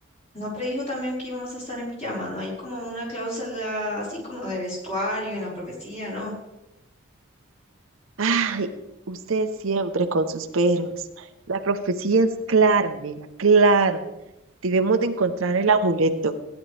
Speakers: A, on the left (about 30°); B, on the right (about 75°).
A: ¿no predijo también que íbamos a estar en pijama? ¿No hay como una cláusula así como de vestuario en la profecía, no?
B: Ay, usted siempre con sus peros. La profecía es clara, Mela, clara. Debemos de encontrar el amuleto.